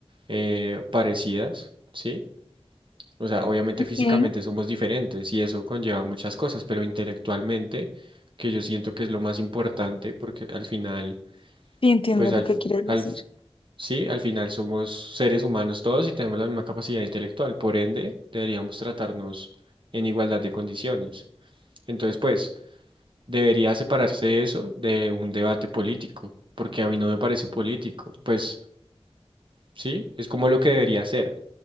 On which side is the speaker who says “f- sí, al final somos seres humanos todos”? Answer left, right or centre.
Right